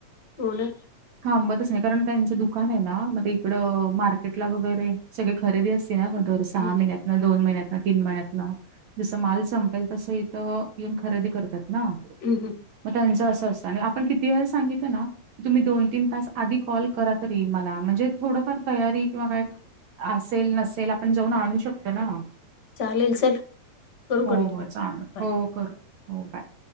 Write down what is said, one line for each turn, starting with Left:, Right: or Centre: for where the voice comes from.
Left: हो ना
Right: थांबतच नाही कारण त्यांचं दुकान आहे ना मग इकड मार्केटला वगैरे सगळे खरेदी अस को सा
Left: हम्म
Right: दोन महिन्यातन तीन महिन्यातन जसं माल संपेल तसं इथं येऊन खरेदी करतात ना
Left: हम् हं
Right: मग त्यांचं असं असतं आणि आपण किती वेळेस सांगितलं ना तुम्ही दोन तीन तास आधी कॉल करा तरी मला म्हणजे थोडंफार तयारी किंवा काय असेल नसेल आपण जाऊन आणू शकतो ना,
Left: चालेल चल करू
Right: हो
Left: कंटिन्यू.
Right: हो चाल हो करू हो बाय.